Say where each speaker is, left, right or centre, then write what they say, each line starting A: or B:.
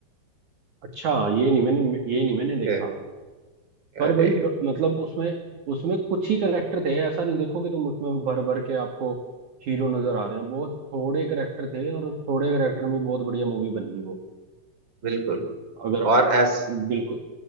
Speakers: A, on the right (about 50°); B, on the right (about 25°).
A: अच्छा ये नहीं मैंने ये नहीं मैंने देखा
B: <laughs>
A: पर
B: अरे
A: भाई ब- मतलब उसमें उसमें कुछ ही करेक्टर थे ऐसा नहीं देखोगे तुम उसमें भर भर के आपको हीरो नजर आ रहे हैं बहुत थोड़े करेक्टर थे और उस थोड़े करेक्टर में बहुत बढ़िया मूवी बन गई वो
B: बिल्कुल
A: अगर
B: और ऐस
A: बिल्कुल